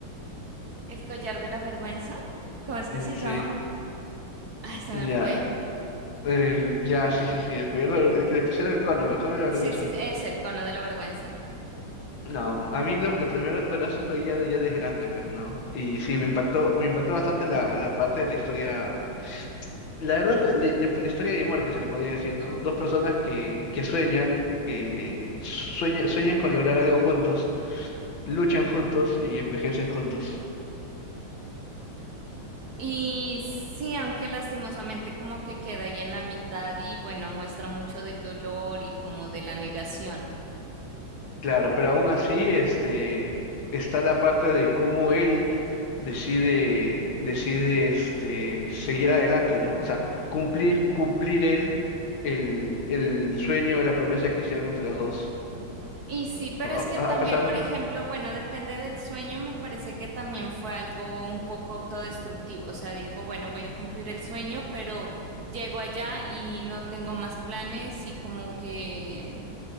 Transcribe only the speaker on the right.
el collar de la vergüenza. ¿Cómo es que
se
llama? ah se
me fue.
Sí, sí, es el cono de la vergüenza.
Y sí, aunque lastimosamente como que queda ahí en la mitad y bueno, muestra mucho del dolor y como de la negación.
Y sí, pero
es que también,
por ejemplo, bueno, depende del sueño, me parece que también fue algo un poco autodestructivo, o sea, dijo, bueno, voy a cumplir el sueño, pero llego allá y no tengo más planes y como que